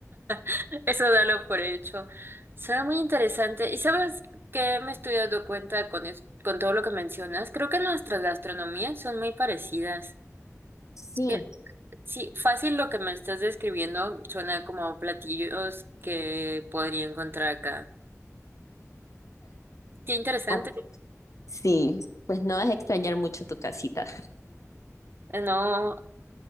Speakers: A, on the right; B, on the left.
A: <laughs> eso dalo por hecho. Suena muy interesante. ¿Y sabes qué me estoy dando cuenta con, es- con todo lo que mencionas? Creo que nuestras gastronomías son muy parecidas.
B: Sí,
A: que, Sí, fácil lo que me estás describiendo suena como platillos que podría encontrar acá. Qué interesante.
B: ah, sí, pues no vas a extrañar mucho tu casita.
A: No,